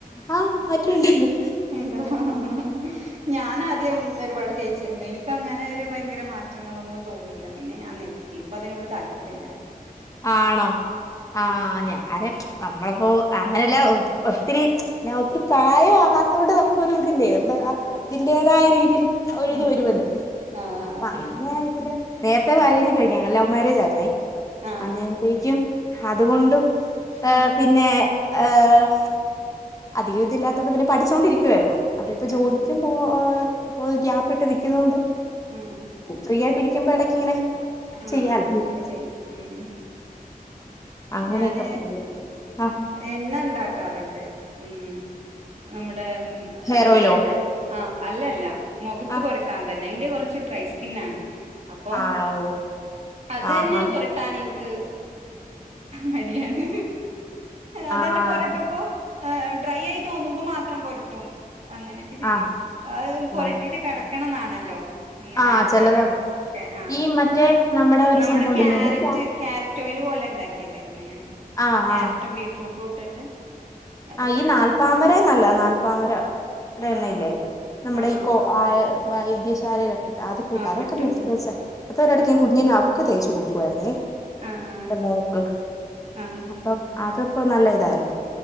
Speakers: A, on the left; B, on the right.
A: ആ മാറ്റണ്ട്
B: എന്തോ മ്മ് ഞാനാദ്യം ഒരു വെൾ തേച്ചിരുന്നു എനിക്ക് അങ്ങനെ ഒരു ഭയങ്കര മാറ്റങ്ങളൊന്നും തോന്നിയില്ല പിന്നെ ഞാൻ നിർത്തി ഇപ്പ അതിനോട് താല്പര്യ ഇല്ല.
A: ആണോ ആഹ് ഞാരെ നമ്മളപ്പോ അങ്ങനെല്ല ഒ ഒത്തിരി ഒത്തിരി പ്രായകാത്ത തൊണ്ട് നമുക്കൊരു തി നമ്മടെതിന്റേതായ
B: ആഹ് ആഹ്
A: രീതിയിൽ ഒരിത്
B: ഉം
A: വരുമല്ലോ
B: ആഹ്
A: അപ്പൊ അയ്ലായതിൽ നേരത്തെ
B: ഉം
A: മാരേജ് കഴിഞ്ഞ ലൗ മാരേജ് ആയിരുന്നെ
B: ആഹ്
A: അന്നേരത്തേക്കും അതുകൊണ്ടും ഉം
B: ആഹ്
A: പിന്നെ- ഏഹ് അധികം ഇതില്ലാത്തൊണ്ട് പിന്നെ പഠിച്ചുകൊണ്ടിരിക്കുവായിരുന്നു. അത് ഇപ്പൊ
B: ആഹ്
A: ജോലിക്കും
B: ആഹ്
A: പോ ഇ ഗ്യാപ്പ് ഇട്ട് നിൽക്കുന്നൊണ്ട്
B: ഉം ഉം
A: ഫ്രീ ആയിട്ട്, - ഇരിക്കുമ്പോയിടക്ക്‌ ഇങ്ങനെ ചെയ്യാൻ.
B: ആഹ് അങ്ങനെയൊക്കെ ചെയ്യും ഉം
A: അങ്ങനെയൊക്കെ
B: ഞാന്
A: പോയ് ആഹ്
B: എണ്ണ കറണ്ട് ഉമ് നമ്മടെ ഉമ്
A: ഹെയർ
B: ആഹ്
A: ഓയിലോ
B: ഏഹ് അല്ലല്ല മുഖത്ത്
A: ആഹ്
B: പുരട്ടാൻ തന്നെ ഇന്റെ കുറച്ച് ഡ്രൈ സ്കിന്നാണ് അപ്പൊ
A: ആണോ
B: അത്
A: ആഹ്
B: തന്നെ
A: ആഹ്
B: പൊരട്ടാൻ എനിക്ക് മടിയാണ്. അത്
A: ആഹ്
B: തന്നെ പൊരട്ടുമ്പോ ഡ്രൈ ആയി തോന്നുമ്പോ മാത്രം പൊരട്ടും. അങ്ങനെയൊക്കെ ചെയ്യും
A: ആഹ്
B: അത് പൊരട്ടീട്ട്
A: ആണ്
B: കെടക്കണോന്നാണല്ലോ. അങ്ങനെ
A: ആഹ്
B: എണ്ണ
A: ചെലതാ
B: ഐറ്റംസ് ഒക്കെ ആ
A: ഈ മറ്റേ ഒരു
B: നമ്മുടെ
A: സംഭവം ഉണ്ടല്ലോ
B: കാരറ്റ് കാര- റ്റ പോലെ ഉണ്ടാക്കിയതായിരുന്നു ഞാന്
A: ആഹ്
B: ക്യാരറ്റും
A: ആഹ്
B: ബീട്ട്റൂട്ടും ഇട്ടിട്ട്, അത് കാച്ചിയിട്ട്
A: ഈ നാൽപ്പാമരമെ നല്ലതാ നാല്പ്പാമര, - ഇടെ
B: ആഹ്
A: <unintelligible> ണ ഇല്ലേ നമ്മുടെ
B: ആഹ്
A: ഈ
B: ആഹ്
A: കൊ
B: ആഹ്
A: ആ വൈദ്യശാലയിലൊക്കെട്ട് അത് കൂട്ടാ
B: ആഹ്
A: അതൊക്കെ
B: കിട്ടും
A: മി <unintelligible> സ് പേസ അടുത്ത ഒരിടക്ക് കുഞ്ഞിനെ അവക്ക് തേയ്ച്ചു കൊടുക്കുവായിരുന്നെ..
B: ആഹ് ആഹ്
A: എന്റെ മോൾക്
B: ആഹ് ആഹ്
A: അപ്പൊ അത്യിപ്പോ നല്ല ഇതായിരുന്നു.